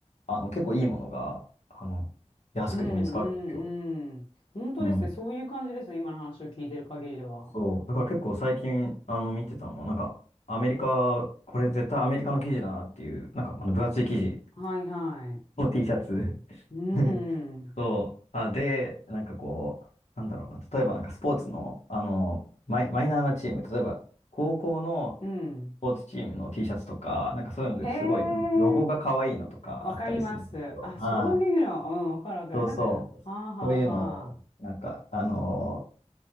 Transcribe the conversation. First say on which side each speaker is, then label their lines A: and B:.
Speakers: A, on the left; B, on the left.
A: あの、結構いいものが、あの、安くて見つかるんですよ。
B: うんうんうん。本当ですね。
A: うん。
B: そういう感じですね。今の話を聞いてる限りでは。
A: そう。だから結構最近、あの、見てたのは、なんか、アメリカ、これ絶対アメリカの生地だなっていう、なんか、あの、分厚い生地
B: はいはい。
A: の T シャツ。
B: うー
A: <laughs>
B: ん。
A: そう。あ、で、なんかこう、なんだろうな、例えばなんかスポーツの、あの、マイ、マイナーなチーム、例えば、高校の
B: うん。
A: ポーツチームの T シャツとか、なんかそういうのですごい、
B: へ
A: なんかロゴが可愛いのとかあったりするんですよ。
B: え、わかります。あ、そういうの、
A: はい。
B: うん、わかるわかる。
A: そうそう。
B: なんか、はあはあはあ。
A: そういうのを、なんか、あのー